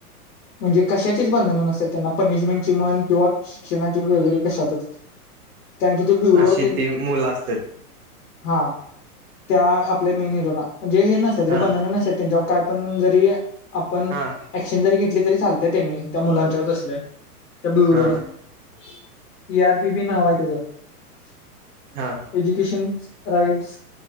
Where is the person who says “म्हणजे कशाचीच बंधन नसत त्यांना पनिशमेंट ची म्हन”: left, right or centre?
Left